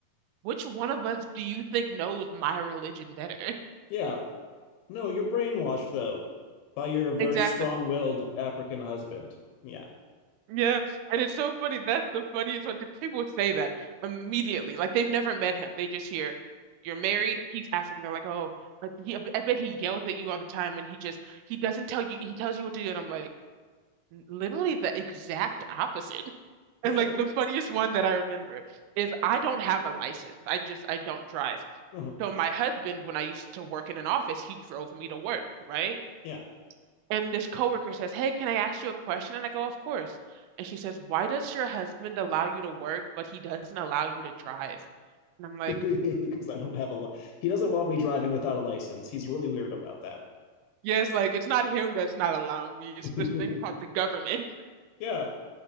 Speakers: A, on the right (about 80°); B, on the left (about 85°).
A: "Which one of us do you think knows my religion better?" <laughs>
B: Yeah. No, you're brainwashed though by your very
A: Exactly.
B: strong-willed African husband. Yeah.
A: Yeah, and it's so funny. That's the funniest one because people would say that immediately. Like they've never met him. They just hear, "You're married." He's African. They're like, "Oh, like he, I bet he yells at you all the time, and he just he doesn't tell you. He tells you what to do." And I'm like, literally the exact opposite. <laughs>
B: Yeah,
A: And like
B: you,
A: the funniest one that I remember is I don't have a license. I just I don't drive.
B: mhm.
A: So my husband, when I used to work in an office, he drove me to work, right?
B: Yeah.
A: And this coworker says, Hey, can I ask you a question? And I go, Of course. And she says, Why does your husband allow you to work, but he doesn't allow you to drive? And I'm like,
B: because <laughs> I don't have a. Li- he doesn't want me driving without a license. He's really weird about that.
A: Yes, like it's not him that's not allowing me. It's
B: <laughs>
A: this thing called the government.
B: yeah,